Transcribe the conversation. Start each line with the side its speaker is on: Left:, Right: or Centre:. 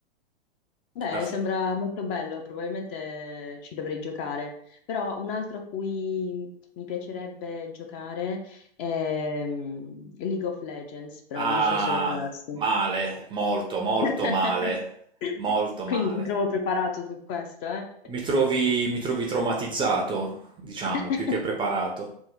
Left: Beh,
Right: alla fine.
Left: sembra molto bello, probabilmente ci dovrei giocare, però un altro a cui mi piacerebbe giocare è mm, League of Legends, però
Right: Ah,
Left: non so se lo conosco.
Right: male, molto, molto
Left: <laughs>
Right: male, molto male.
Left: Quindi ti trovo preparato su questo, eh?
Right: Mi trovi, mi trovi traumatizzato, diciamo,
Left: <laughs>
Right: più che preparato.